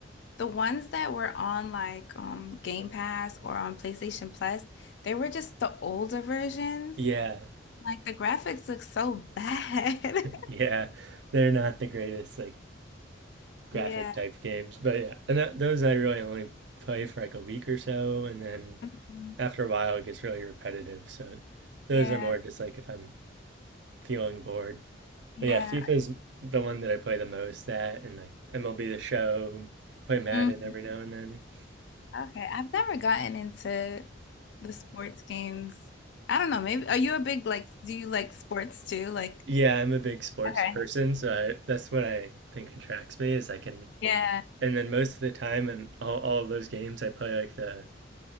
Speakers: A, on the left (about 60°); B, on the right (about 65°).
A: The ones that were on like um Game Pass or on PlayStation Plus, they were just the older versions.
B: Yeah,
A: Like the graphics look so bad. <laughs>
B: yeah, they're not the greatest like graphic
A: Yeah.
B: type games, but yeah, and that, those I really only play for like a week or so, and then.
A: Mhm.
B: after a while it gets really repetitive. So those
A: Yeah.
B: are more just like if I'm feeling bored.
A: Yeah.
B: But yeah, FIFA's the one that I play the most at and like MLB The Show. I play Madden
A: Mhm.
B: every now and then.
A: Okay, I've never gotten into the sports games. I don't know, maybe are you a big like do you like sports too? Like
B: Yeah, I'm a big sports
A: okay.
B: person, so I, that's what I think attracts me is I can
A: Yeah.
B: and then most of the time in all, all of those games I play like the